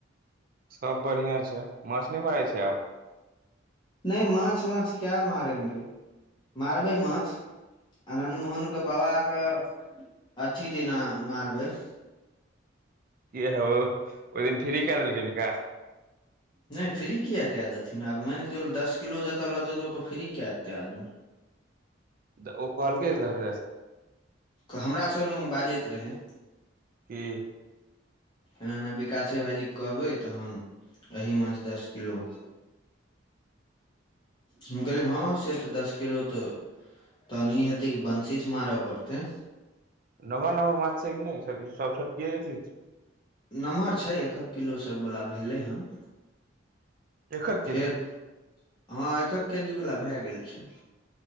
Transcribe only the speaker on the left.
नहि माछ वाछ क्या मारेंगे मारबै माछ आन्नद मोहनके बाबाके अथी दिना मारबै
नहि फ्री किए कए देथिन आब मान कऽ चलू दस किलो जतय लेतै तऽ ओतऽ फ्री कए देतै आदमी
ऽ हमरा सभ लग बाजैत रहै
एना एना विकासे भाइजीके कहबै तहन अही मछ दस किलो
हम कहलिए हँ से तऽ दश किलो तऽ तहन ई हेतै की बंशी से मारऽ पड़तै
नमहर छै एक एक किलो सभवला भेलै हन
फेर
हँ एकक केजी वला भए गेल छै